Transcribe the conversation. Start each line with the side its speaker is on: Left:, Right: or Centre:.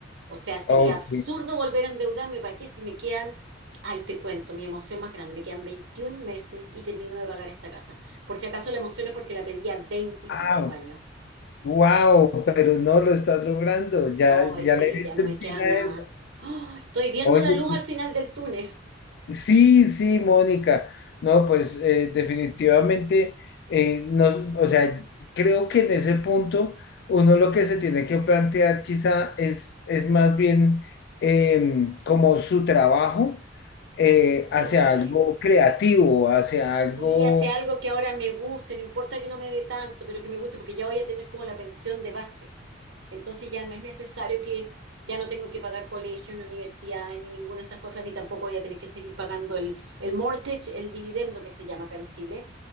Right: O sea, sería
Left: ok.
Right: absurdo volver a endeudarme, ¿para qué? Si me quedan, ahí te cuento, mi emoción más grande, me quedan 21 meses y termino de pagar esta casa. Por si acaso la emoción es porque la pedí a veinticinco
Left: Wow,
Right: años.
Left: wow, pero no lo estás logrando, ya,
Right: Ay,
Left: ya
Right: sí,
Left: le diste
Right: ya no
Left: el
Right: me queda
Left: fin a
Right: nada.
Left: eso.
Right: ¡Ah! estoy viendo
Left: Oye,
Right: la luz al final del túnel.
Left: Sí, sí, Mónica. No, pues eh, definitivamente, eh, nos- o sea, creo que en ese punto uno lo que se tiene que plantear quizá es, es más bien em, como su trabajo eh, hacia
Right: Sí.
Left: algo creativo, hacia algo,
Right: Sí, hace algo que ahora me guste, no importa que no me dé tanto, pero que me guste porque ya voy a tener como la pensión de base. Entonces ya no es necesario que, ya no tengo que pagar colegio, ni universidad, ni ninguna de esas cosas, ni tampoco voy a tener que seguir pagando el, el mortgage, el dividendo que se llama acá en Chile,